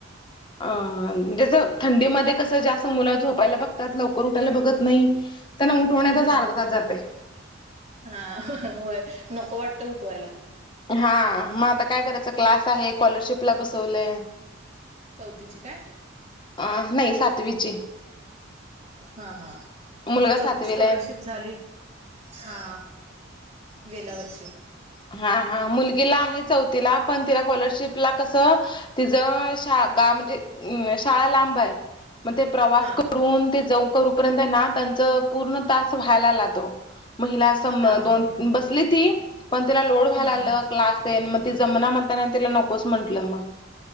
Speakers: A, on the left (about 25°); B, on the right (about 35°).
A: अ म्हज थंडीमध्येध्ये कसं जास् मुलं झोपायला बघतात लवकर उठायला बघत नाही त्यांना उठवण्याचाच
B: हम्म
A: अर्धताच जाते
B: हा होय नको वाटतं उठवायला
A: हा मग आता काय करायचं क्लास आहे स्कॉलरशिपला बसवलंय
B: चौथीची काय
A: आ नाही सातवीच
B: हा हा
A: मुलगा
B: आमची
A: सातवीला
B: चौथी स्कॉलरशिप
A: आहे
B: झाली हा गेल्या वर्षी
A: हा हा मुलगीला आहे चौथीला पण तिला स्कॉलरशिपला कसं तिचं शा गा म्हणजे अ शाळा लांब आहे मग ते प्रवास
B: हा
A: करून ते ज कर त्यां पूर्ण त व्हाला लातो मला
B: हा
A: दोन
B: हा
A: बसली ती पण तिला लोड व्हायला
B: हम्म हम्म
A: आलं क्लास टेन मग ती जमना म्हणताना तिला नकोच म्हंटलं मग